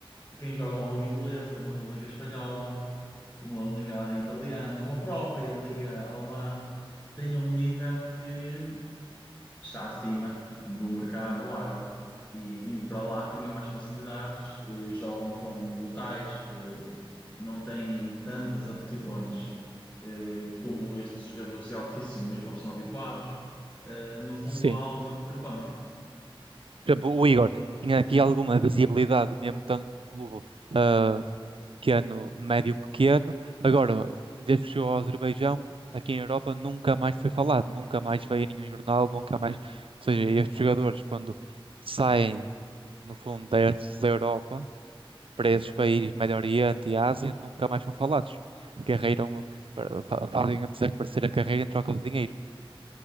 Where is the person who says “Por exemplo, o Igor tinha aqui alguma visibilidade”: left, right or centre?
Right